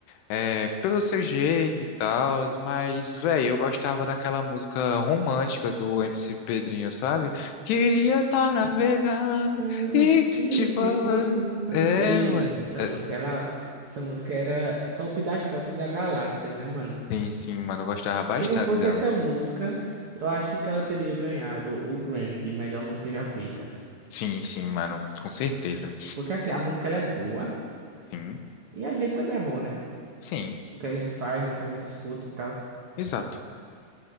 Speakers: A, on the left (about 75°); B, on the right (about 75°).
A: é, pelo seu jeito e tal, mas, velho, eu gostava daquela música romântica do MC Pedrinho, sabe? Queria estar navegando
B: contando,
A: e
B: e
A: te falando.
B: te contando.
A: É,
B: Ei,
A: mano.
B: essa
A: É,
B: música, ela, essa música era top das tops da galáxia, né, mano?
A: sim, sim, mano. Eu gostava bastante
B: Se não fosse
A: dela.
B: essa música, eu acho que ela teria ganhado o Grammy de melhor música já feita.
A: Sim, sim, mano. Com certeza.
B: Porque assim, a música ela é boa
A: Sim.
B: e a gente também é bom, né?
A: Sim,
B: No que a gente faz, no que a gente escuta e tal.
A: exato.